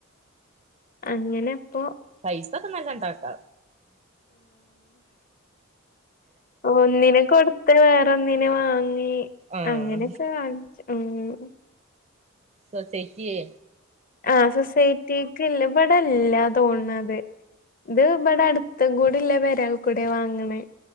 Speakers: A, on the left; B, on the right.
A: അങ്ങനെ ഇപ്പോ
B: പൈസ ഒക്കെ നല്ല ഉണ്ടാക്ക.
A: ഒന്നിനെ കൊടുത്ത് വേറെന്നിനെ വാങ്ങി,
B: ആഹ്
A: അങ്ങനെയൊക്കെ കാണിച്ച. ഉം.
B: സൊസൈറ്റി യെ..
A: ആ സൊസൈറ്റിക്ക് ഇല്ല, ഇവിടല്ല തോന്നണത്. ഇത് ഇവിടെ അടുത്ത കൂടി ഉള്ള ഒരാൾക്കു കൂടെയ വാങ്ങണേ